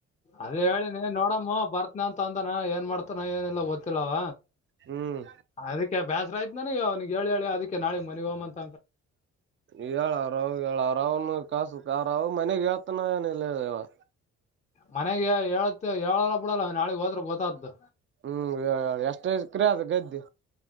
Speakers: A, on the left; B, on the right.
A: ಅದೇ ಹೇಳಿ ನೀ ನೋಡಮ್ಮ ಬರ್ತನ ಅಂತ ಅಂದನ ಏನ್ ಮಾಡ್ತಾನ ಏನಲ್ಲ ಗೊತ್ತಿಲ್ಲವ
B: ಹ್ಮ್
A: ಅದಕ್ಕೆ ಬ್ಯಾಸ್ರ ಆಯ್ತ್ು ನನಗ ಅವನಿಗೆ ಹೇಳಿ ಹೇಳಿ ಅದಕ್ಕೆ ನಾಳೆಗ್ ಮನೆ ಹ್ಂತ
B: ಳ್ ಅವ್ರಾವ ಹೇಳಳ್ ಅವ್ರ ಅವನು ಕ ಸುಕಾರ ಮನೆಗೆತನ ಯ ನಿಲ್ಲವಾ
A: ಮನೆಗೆ ಹೇಳತ್ ಹೇಳಲ್ಲ ಬಿಡಲ್ಲ ನಾಳಗ್ ಹೋದ್ರೆ ಗೊತ್ತಾದ್ದು
B: ಹ್ಮ್ ಎಷ್ಟೇ ಕ್ರ ಅದು ಗಗೆದ್ದೆ